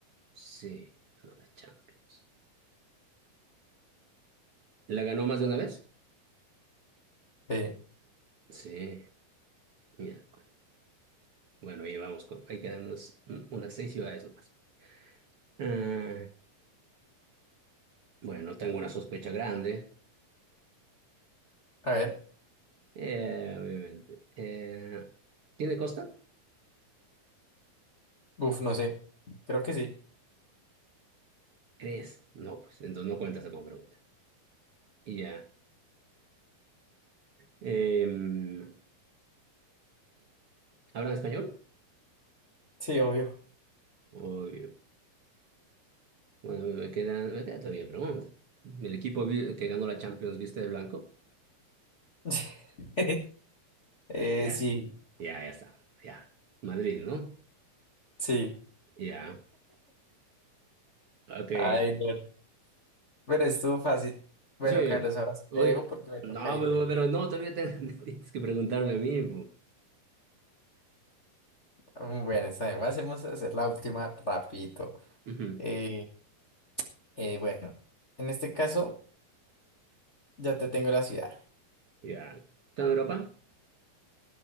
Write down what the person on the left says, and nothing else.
sí.
A ver,
uf, no sé. Creo que sí.
Sí, obvio.
<laughs> Eh,
sí,
sí.
Ay, no. Pero estuvo fácil. Bueno,
Carlos, ahora sí
te dejo porque me
toca irme.
Mm, Bueno, está bien. Vamos a hacer la última rapidito.
Eh, eh, bueno, en este caso ya te tengo la ciudad.